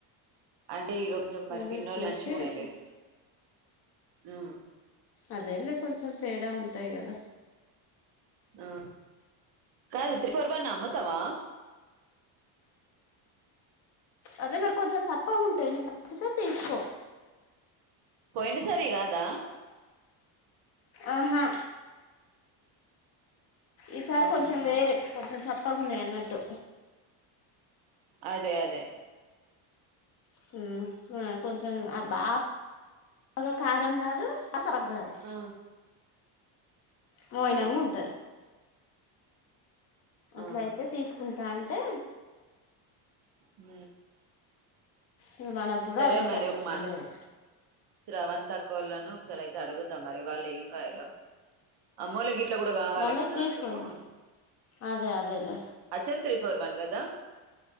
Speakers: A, on the right (about 55°); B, on the left (about 35°).
A: అంటే ఈ కొంచెం <unintelligible> మరి
B: అదే
A: పిన్నోళ్లు
B: చూసి
A: లే మంచిగున్నాయి
B: తీ-
A: లే ఆ
B: అదేలే కొంచెం తేడా ఉ టై కద
A: ఆ కాదు త్రి పర్ <inaudible> న అమ్ముతవా
B: అదే మరి కొంచెం సప్పగుంటయి నీకు నచ్చితే తీసుకో
A: పోయిన సారియి కాదా
B: ఆహా ఈసారి
A: ఆహా
B: కొంచెం వేరే కొంచెం సప్ప గున్నయన్నట్టు
A: <inaudible> అదే అదే
B: హు అ కొంచెం ఆ బాగాగా కారం కాదు అ సరగ్గాదు
A: ఆ
B: మోయినంగుంటది
A: అదే
B: అట్ల
A: ఆహా
B: అయితే తీసుకుం టంటే
A: ఊ
B: ఇక మనకు కూడా
A: సరే
B: అదే
A: మరి
B: పట్టించుకునేది
A: ఒక మాట స్రవంతి ఆ క్క లని ఒకసారి అయితే అడుగుతా మరి వాళ్ళు ఏం కాయలో అమ్మలకి ఇంట్లో కూడా కావాలి
B: వాళ్ళవి
A: కదా
B: త్రీ
A: అందుకు
B: ఫోర్ అదే అదేలే
A: హచ్ఎం త్రీ ఫోర్ వన్ కదా